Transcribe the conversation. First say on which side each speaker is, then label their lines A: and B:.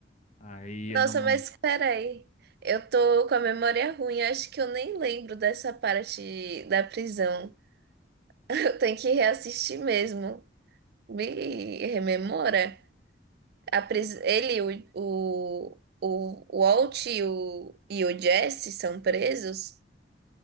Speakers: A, on the left; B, on the right.
A: aí
B: Nossa,
A: eu não.
B: mas peraí. Eu tô com a memória ruim, acho que eu nem lembro dessa parte da prisão. <laughs> Eu tenho que reassistir mesmo. Me rememora. a pris- ele, o, o, o Walt e o, e o Jesse são presos?